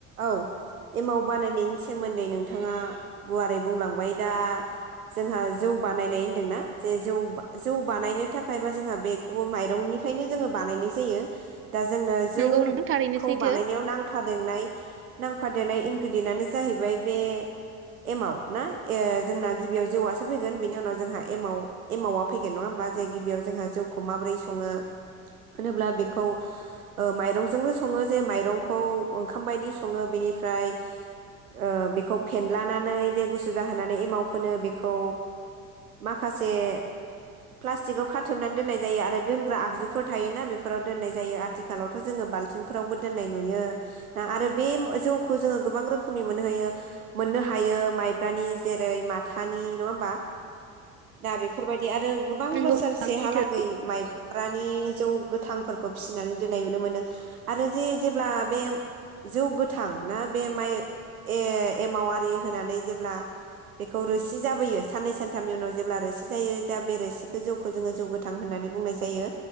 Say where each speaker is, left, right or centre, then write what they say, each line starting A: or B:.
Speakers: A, on the right; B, on the right.
A: औ एमाव बानायनायनि सोमोन्दै नोंथाङा गुवारै बुंलांबाय दा जोंहा जौ बानायनाय होनदोंना जे जौ बा जौ बानायनो थाखा खायबा जोंहा बेखौबो माइरंनिफ्रायनो जोङो बानायनाय जायो दा जों जौ
B: नोंगौ नोंथां थारैनो
A: खौ
B: सैथो
A: बानायनायाव नांफादेरनाय नांफादेरनाय इनग्रेडयेन्टनो जाहैबाय बे एमाव ना ओ जोंना गिबियाव जौवासो फैगोन बेनि उनाव जोंहा एमाव एमावा फैगोन नङा होमबा जे गिबियाव जोंहा जौखौ माबोरै सङो होनोब्ला बेखौ औ माइरंजोंनो सङो जे माइंखौ ओंखाम बायदि सङो बेनिफ्राय ओ बेखौ फनलानानै दे गुसु जाहोनानै एमाव फोनो बेखौ माखासे प्लास्टिकाव खाथुमनानै दोननाय जायो आरो दोनग्रा आगजुफोर थायोना बेफोराव दोननाय जायो आथि खालावथ जोङो बाल्थिंफोरावबो दोननाय नुयो दा आरो बे जौखौ जोङो गोबां रोखोमनि मोननो हयो मोननो हायो माइब्रानि जेरै माथानि नङा होमबा दा बेफोरबायदि आरो गोबां
B: नोंगौ
A: बोसोरसेहालागै
B: नोंथां सैथो
A: माइब्रानि जौ गोथांफोरखौ फिसिनानै नो आरो जे-जेल्बा बे जौ गोथां ना बे माइ ए-एमाव आरि होनानै जेब्ला बेखौ रो सि जाबोयो साननै सानथामनि उनाव जेब्ला रोसि जायो जा बे रोसिखौ जौखौ जोङो जौ गोथां होननानै बुंनाय जायो